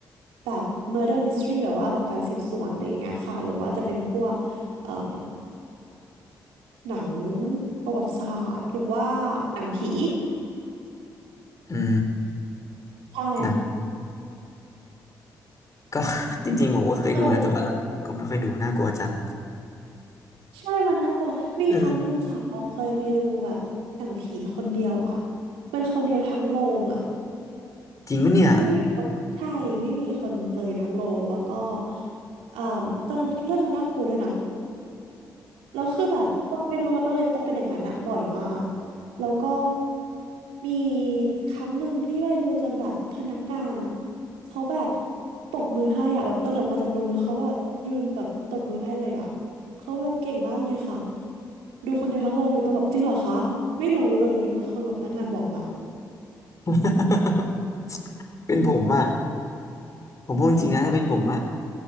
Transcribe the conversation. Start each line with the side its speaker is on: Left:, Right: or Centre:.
Right: แบบ murder mystery แบบว่าแบบการสืบสวนอะไรอย่างเงี้ยค่ะหรือว่าจะเป็นพวกเอ่มหนังประวัติศาสตร์หรือว่าหนังผี
Left: อื
Right: ใช่
Left: ม ก็ <laughs> จริงๆผมก็เคยดูนะแต่ว่าหลังๆก็ไม่ค่อยดูน่ากลัวจัง
Right: เคยใช่มันน่ากลัวมีครั้งหนึ่งค่ะตองเคยไปดูแบบหนังผีคนเดียวอ่ะ
Left: <laughs> เออ <laughs>
Right: เป็นคนเดียวทั้งโรงอ่ะ
Left: จริงปะเนี่ย
Right: ไม่มีคนใช่ไม่มีคนเลยทั้งโรงแล้วก็เอ่อตอนนั้นเรื่องนั้นน่ากลัวด้วยนะ แล้วคือแบบต้องไปดูครับต้องไปนต้องเป็นอย่างนั้นอะบ่อยมากแล้วก็มีครั้งหนึ่งที่ไปดูจนแบบพนักงานอะเขาแบบตบมือให้อะแบบเออออกมาจากโรงแล้วเขาแบบยืนแบบตบมือให้เลยอะเขาแบบเก่งมากเลยค่ะดูคนเดียวทั้งโรงเลยต้องแบบจริงเหรอคะไม่รู้เลยแล้วเขาแบบพนักงานบอกมา
Left: <laughs> เป็นผมอะผมพูดจริงนะถ้าเป็นผมอะ